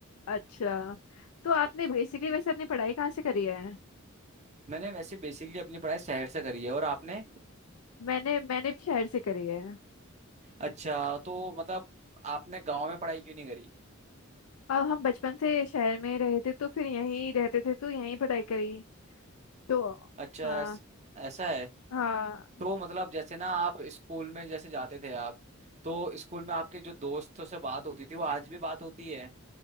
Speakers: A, on the left; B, on the right.
A: अच्छा तो आपने बेसिकली वैसे अपनी पढ़ाई कहाँ से करी है
B: मैंने वैसे बेसिकली अपनी पढ़ाई शहर से करी है और आपने
A: मैंने मैंने भी शहर से करी है
B: अच्छा तो मतलब आपने गांव में पढ़ाई क्यों नहीं करी
A: और हम बचपन से शहर में रहे थे तो फिर यहीं रहते थे तो यहीं पढ़ाई करी तो
B: अच्छा
A: हाँ
B: ऐस- ऐसा है
A: हाँ
B: तो मतलब जैसे ना आप स्कूल में जैसे जाते थे आप तो स्कूल में आपके जो दोस्तों से बात होती थी वो आज भी बात होती है